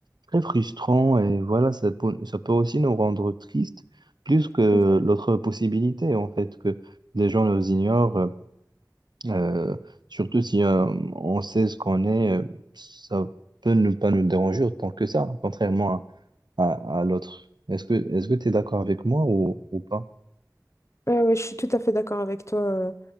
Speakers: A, on the right; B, on the left.
A: très frustrant et voilà, ça peut, ça peut aussi nous rendre tristes plus que
B: Donc,
A: l'autre possibilité, en fait, que les gens nous ignorent, euh, euh, surtout si euh, on sait ce qu'on est, euh, ça peut ne pas nous déranger autant que ça, contrairement à à, à l'autre. Est-ce que est-ce que tu es d'accord avec moi ou, ou pas?
B: euh, ouais, je suis tout à fait d'accord avec toi. euh,